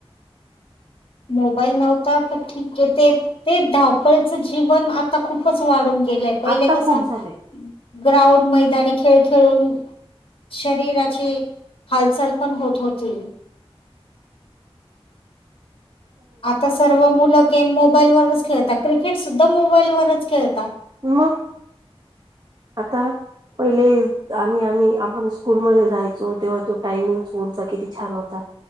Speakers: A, on the left (about 60°); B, on the right (about 40°).
A: मोबाईल नव्हता तर ठीक हे, ते ते धावपळीचं जीवन आता खूपच वाढून. पहिले
B: आता
A: कसा
B: खूप झाले
A: ग्राउंड मैदानी खेळ. खेळूनि शरीराची हालचाल पण होत होती. आता सर्व मुलं गेम, मोबाईल वरच खेळत. क्रिकेट सुद्धा मोबाईलवरच खेळता.
B: म! आता पहिले आम्ही, आम्ही आपण स्कूलमध्ये जायचो तेव्हा तो टायमिंग स्कुलचा किती छान होता